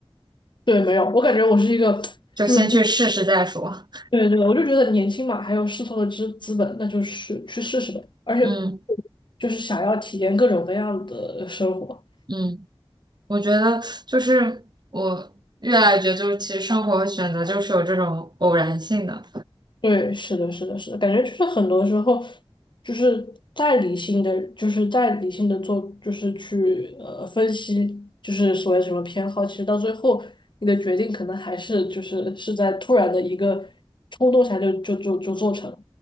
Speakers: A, on the left; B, on the right.
A: 对，没有，我感觉我是一个，
B: 就先去试试再说。
A: 就是对对，我就觉得年轻嘛，还有试错的资资本，那就是去试试呗。而且
B: 嗯
A: 就是想要体验各种各样的生活。
B: 嗯，我觉得就是我越来越觉得，就是其实生活和选择就是有这种偶然性的，
A: 对，是的，是的，是的，感觉就是很多时候就是再理性的，就是再理性的做，就是去呃分析，就是所谓什么偏好，其实到最后你的决定可能还是就是是在突然的一个冲动下就就就就做成了。